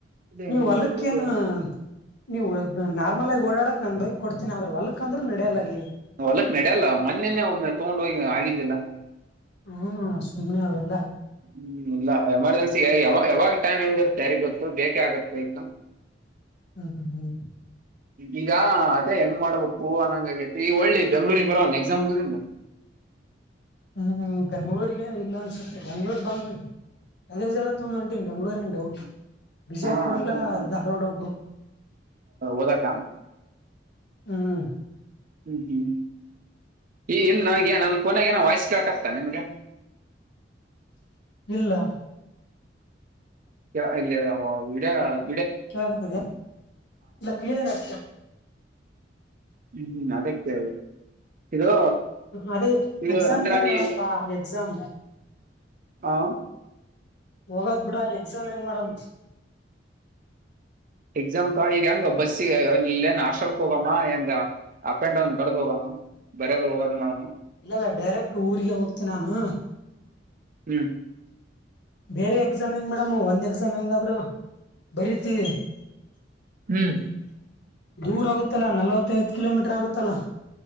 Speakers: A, on the right; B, on the left.
A: ಇದ್ ಹೆಂಗ್
B: ನೀವು ಅಲಕ್ಕೇನ
A: ಮಾಡ್ಬೇಕು
B: ನೀವು ನಾರ್ ನಮಲೆ ಓಡಾಡಕ್ ನನ್ ಬೈಕ್ ಕೊಡ್ತೀಿ ಅ ಆದ್ರ ಹೊಲಕ್ ಅಂದ್ರ ನಡೆಯಲ್ಲ ಅಲ್ಲಿ
A: ಹೊಲಕ್ ನಡ ಅಲ್ಲ ಮೊನ್ನೆನ್ನೆ ಒಮ್ಮೆ ತಗೊಂಡ್ ಹೋಗಿ ಆಗಿದ್ದಿಲ್ಲ
B: ಹ್ಮ್ ಸುಗ್ನೆ ಅವೆಲ್ಲ
A: ಹ್ಮ್ ಇಲ್ಲ ಎಮರ್ಜೆನ್ಸಿ ಯಾವ ಯಾವಾಗ ಟೈಮ್ ಹೆಂಗಿರುತ್ತೆ ಯಾರಿ ಗೊತ್ತು ಬೇಟಿ ಆಗಕ ಬೇಕ <unintelligible>
B: ಹ್ಮ್ ಹ್ಮ್ ಹ್ಮ್
A: ಈಗ ಅದೇ ಹೆಂಗ್ ಮಾಡ್ಬೇಕು ಅನ್ನಂಗಗೇತಿ ಈಗ ಒಳ್ಳಿ ಬೆಂಗ್ಳೂರಿಗೆ ಬರವನ್ ಎಕ್ಸಾಮ್್ದಿಂದ
B: ಹ್ಮ್ ಬೆಂಗ್ಳೂರ್ ಏನ್ ಇಲ್ಲ ಅನ್ಸುತ್ತೆ ಬೆಂಗ್ಳೂರ್ ಬಂಗ್ ಅದೇಜ್ ಎಲ್ಲ ತೊಂದ ಹೊಂಟನ್ ಬೆಂಗ್ಳೂರ್ ಏನ್ ಡೌಟ್ ಬಿಜಾಪುರ್
A: ಹಾ ಅದೇ
B: ಎಲ್ಲಾ
A: ಅನ್ಕೊಂಡ್
B: ಧಾರವಾಡ ಹೋಗ್ಬೇಕು
A: ಓದಾಕ
B: ಹ್ಮ್
A: ಹ್ಮ್ ಹ್ಮ್ ಈ ಇಲ್ಲ ನನಗೆ ನನ್ ಕೊನೆಗೆ ನ ವಾಯ್ಸ್ ಕೇಳ ತ ನಿಮ್ಗೆ
B: ಇಲ್ಲ
A: ಅಲ್ಲಿ ಹ ಈಡಾ
B: ಕಾಗತದೆ ಕ್ಲಿಯರ್ ಆ
A: ಹ್ಮ್ ಹ್ಮ್ ಅದಕ್ಕೆ ಕೇಳ್ದೆ ಇದು
B: ಅದೇ
A: ಇದು
B: ಎಕ್ಸಾಮ್ಗೆ
A: ಅಂದ್ರ
B: ಹೆಂಗ್
A: ನೀ
B: ಮಾಡೋಡಪ್ಪಾ ಎಕ್ಸಾಮ್ ಹ
A: ಹಾ
B: ಹೋಗದ್ ಬಿಡ ಅಲ್ಲಿ ಎಕ್ಸಾಮ್ ಹೆಂಗ್ ಮೇಡಮ್
A: ಎಕ್ಸಾಮ್ ಕಾ ಈಗ ಹಂಗಬ್ಬ ಬ ಇಲ್ಲೇನ್ ಆಸ್ಲ್ಕ್ ಹೋಗಮ್ಮ ಹೆಂಗ ಅಪ್ ಅಂಡ್ ಡೌನ್ ಬರ್ದ ಹೋಗಮ್ಮ ಬರ್ಯಾದ ಹೋಗೋದ ಮಡ
B: ಇಲ್ಲ ಇಲ್ಲ ಡೈರೆಕ್ಟ್ ಊರ್ರಿಗೆ ಹೋಗ್ತೆ ನಾನು
A: ಹ್ಮ್
B: ಬೇರೆ ಎಕ್ಸಾಮ್ ಹೆಂಗ್ ಮೇಡಮ್ ಒಂದ್ ಎಕ್ಸಾಮ್ ಹೆಂಗಾದ್ರರು ಬರಿ ರೀತಿ
A: ಹ್ಮ್
B: ದೂರ ಆಗುತ್ತಲ್ಲಾ ನಲ್ವತ್ತೈವತ್ತು ಕಿಲೋಮೀಟರ್ ಆಗುತ್ತಲ್ಲಾ